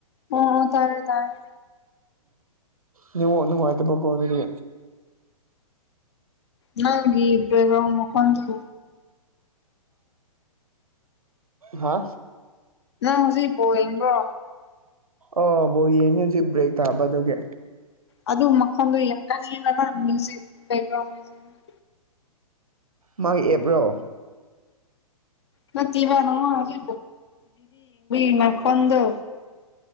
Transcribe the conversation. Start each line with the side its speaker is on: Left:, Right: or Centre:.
Left: ꯑꯣ ꯑꯣ ꯇꯥꯔꯦ ꯇꯥꯔꯦ
Right: ꯎꯝꯉꯥꯏꯇꯕꯨ ꯀꯕꯗꯤ
Left: ꯅꯪ ꯏꯕ ꯃꯀꯗꯨ
Right: ꯍꯥ
Left: ꯅꯪ ꯍꯧꯖꯤꯛ ꯄꯑꯦꯕꯣ
Right: ꯑꯣꯕꯣ ꯌꯦꯅꯦ ꯍꯧꯖꯤꯛ ꯕ꯭ꯔꯦꯛ ꯇꯥꯕ ꯑꯗꯨꯒꯤ
Left: ꯑꯗꯨ ꯃꯈꯣꯟꯗꯨ ꯌꯥꯝ ꯀꯥ ꯍꯩꯕꯅ ꯃ꯭ꯌꯨꯖꯤꯛ ꯕꯦꯂꯣꯔ ꯃ꯭ꯌꯨꯖꯤꯛ
Right: ꯃꯥꯒꯤ ꯑꯦꯞ꯭ꯔꯣ
Left: ꯅ ꯄꯤꯕꯅꯣꯗꯤ ꯏ ꯃꯈꯗ